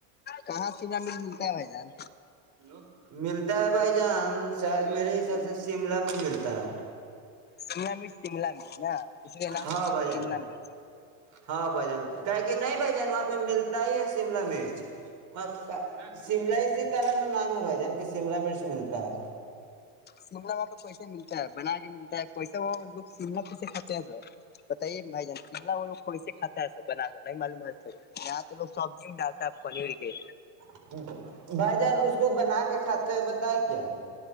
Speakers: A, on the left; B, on the right.
A: کہاں شملہ مرچ ملتا ہے بھائی جان
B: لو ملتا ہے بھائی جان شاید میرے حساب سے شملہ میں ملتا ہے
A: سمل مٹ سیمل م نا تسریے نام
B: ہاں
A: تو مجے
B: بھائی جان
A: تین لینگو
B: ہاں بھ جان کہ کہ نہیں بائی جان وہاں پہ مل ہی ہے شملا مرچ آ کا شملہ اسی کارن میں نام ہے بھائی جان کے شملہ مرچ ملتا ہے
A: شملہ وہاں پہ کوسا ملتا ہے بنا کے ملتا ہے کوسا وہ شملا کیسے کھاتے ہیں سر بتائیے بھائی جان شملا وہ لوگ کیسے کھاتا ہے سر بنا کر نہیں معلومات یہاں تو لوگ سبزی میں ڈالتا ہے پنیر کے
B: ہے بھائی جان اس کو بنا کے کھاتے ہیں بتائے کیا